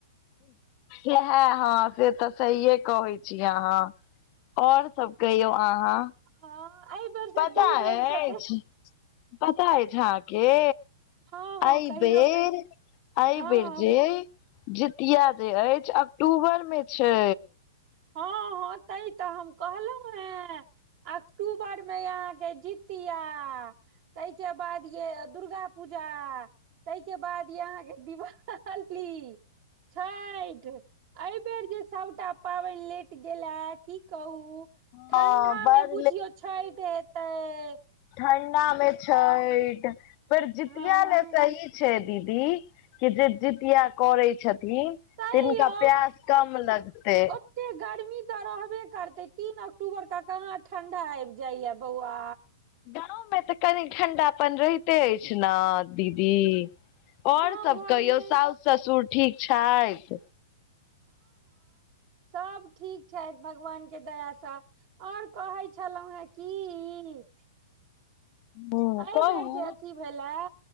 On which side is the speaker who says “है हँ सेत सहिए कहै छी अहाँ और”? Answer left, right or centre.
Left